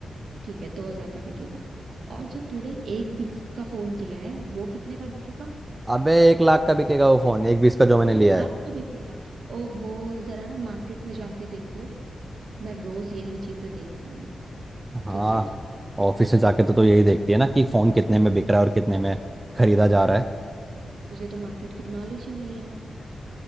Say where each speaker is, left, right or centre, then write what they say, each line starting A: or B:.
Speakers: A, on the right; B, on the right.
A: ठीक है दो हजार का बिकेगा और जो तूने एक बीस का फोन दिया है वो कितने का बिकेगा
B: अबे एक लाख का बिकेगा वो फोन एक बीस का जो मैंने
A: एक
B: लिया
A: लाख
B: है
A: का बिकेगा ओहो जरा ना मार्केट में जाके देखो मैं रोज यही चीजें देखती हूँ
B: हाँ
A: ठीक है
B: ऑफिस से जाके तो तू यही देखती है ना कि फोन कितने में बिक रहा है और कितने में खरीदा जा
A: जैसे
B: रहा है
A: मुझे मुझे तो मार्केट की नॉलेज ही नहीं है